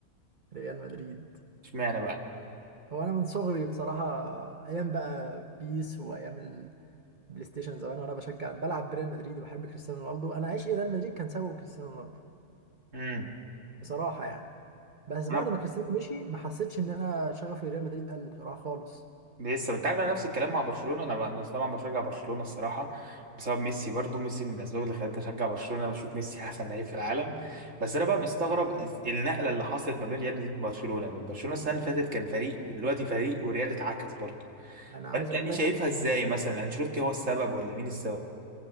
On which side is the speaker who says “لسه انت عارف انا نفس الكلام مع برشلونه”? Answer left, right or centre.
Right